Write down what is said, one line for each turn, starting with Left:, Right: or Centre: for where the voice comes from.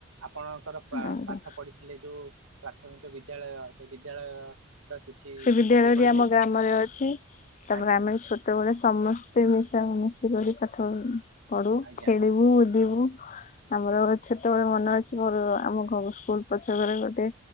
Right: ଆପଣଙ୍କର
Left: ଆଜ୍ଞା
Right: ପାଠ ପଢିଥିଲେ ଯୋଉ ପ୍ରାଥମିକ ବିଦ୍ୟାଳୟ ବିଦ୍ୟାଳୟ। ର କିଛି
Left: ସେ ବିଦ୍ୟାଳୟଟି
Right: ସ୍ମୃତି କହିବେ
Left: ଆମ
Right: କି?
Left: ଗ୍ରାମରେ ଅଛି ତାପରେ
Right: ଆଜ୍ଞା
Left: ଆମେ ଛୋଟ ସେତେବେଳେ ସମସ୍ତେ ମିଶା ମିଶିକରି ପାଠ ପଢୁ,
Right: ଆଜ୍ଞା
Left: ଖେଳିବୁ, ବୁଲିବୁ। ଆମର ଛୋଟବେଳେ ମନେ ଅଛି ମୋର ଆମ ଘର ସ୍କୁଲ ପଛ ଘରେ ଗୋଟେ